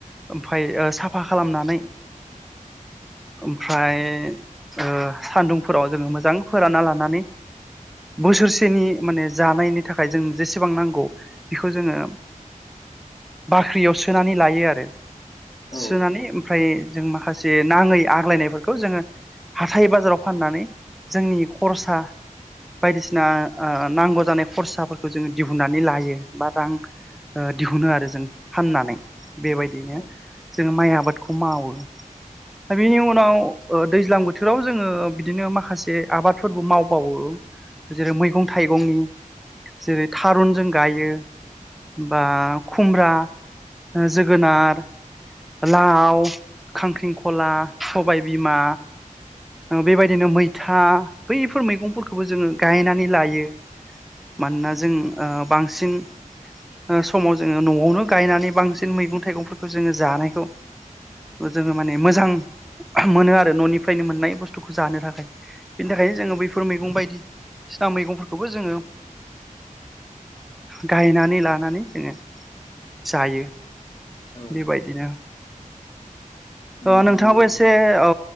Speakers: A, in the centre; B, on the left.
A: ओमफाय ओ साफा खालामनानै, ओमफ्राय ओ‌ सान्दुंफोराव जोंङो मोजां फोरानना लानानै, बोसोरसेनि माने जानायनि थाखाय जों जेसेबां नांगौ। बेखौ जोंङो बाख्रियाव सोनानै लायो आरो
B: औ
A: सुनानै ओमफ्राय जों माखासे, नांङै आग्लायनायफोरखौ जोंङो हाथाय बाजाराव फाननानै जोंनि खरसा, बायदिसिना ओ नांगौ जानाय खरसाफोरखौ जोंङो दिहुननानै लायो बा रां दिहुनो आरो जों फाननानै बेबायदिनो
B: औ
A: जों माइ आबादखौ मावो, दा बिनि उनाव दैज्लां बोथोराव जोंङो बिदिनो माखासे आबादफोरबो मावबावो, जेरै मैगं थाइगंनि जेरै थारुनजों गायो। बा खुमब्रा जोगोनार, लाव खांख्रिंखला सबाय बिमा, बेबायदिनो मैथा बैफोर मैगंफोरखौबो जोंङो गायनानै लायो। मानोना जों ओ बांसिन, ओ समाव जोंङो न'आवनो गायनानै बांसिन मैगं थाइगंफोरखौ जोंङो जानायखौ, जोंङो माने मोजां मोनो आरो न'निफ्रायनो मोननाय बुस्थुखौ जानो थाखाय, बेनि थाखायनो जोंङो बैफोर मैगं बायदिसिना मैगंफोरखौबो जोंङो। गायनानै लानानै जोंङो जायो
B: औ
A: बेबायदिनो,
B: नंगौ
A: अ नोंथांङाबो
B: नंगौ
A: एसे औ